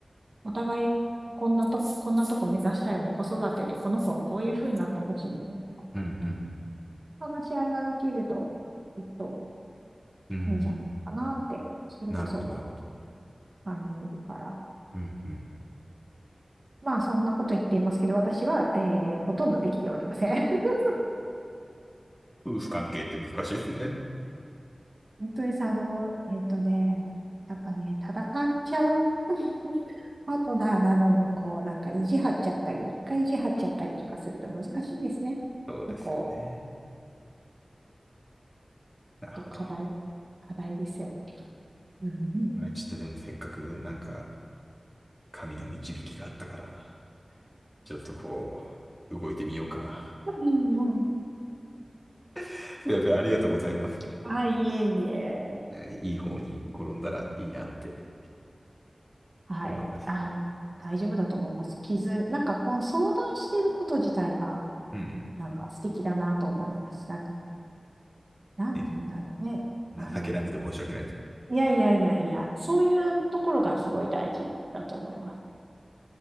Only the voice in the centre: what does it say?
うんうんうん
うんうんうん
なるほど、
なるほど。
うんうんうん
夫婦関係って難しいですね。
そうですよね。
なるほど。
まあ、ちょっとでもせっかくなんか神の導きがあったから、ちょっとこう、動いてみようかな。
<laughs> すいません、ありがとうございます。
えーいい方に転んだらいいなって
思います。
うんう
ん。ね、
情けなくて申し訳ないですけどね。